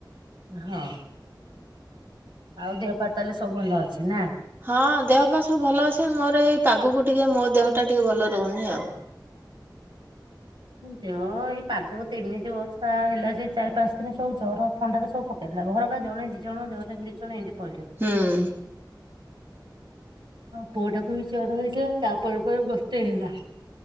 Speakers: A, on the right; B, on the right.
A: ହଁ। ଆଉ ଦେହ ପା ତାଲେ ସବୁ ଭଲ ଅଛି ନା?
B: ହଁ ଦେହ ପା ସବୁ ଭଲ ଅଛି। ମୋର ଏଇ ପାଗକୁ ଟିକେ ମୋ ଦେହ ଟା ଟିକେ ଭଲ ରହୁନି ଆଉ।
A: ଦେହ ଏଇ ପାଗକୁ ଏମିତି ବର୍ଷା ହେଲା ଯେ ଚାରି ପାଞ୍ଚ ଦିନ ସବୁ ଜର। ଥଣ୍ଡାରେ ସବୁ ପକେଇ ଦେଲା, ଘରକା ଜଣେ ଦି ଜଣ ଜଣେ ଦି ଜଣ ଏମିତି ପଇଲେ।
B: ହୁଁ।
A: ହଁ ପୁଅଟାକୁ ବି ଜର ହେଇଥିଲା ତାପରେ ପରେ ବସ୍ତେ ହେଲା।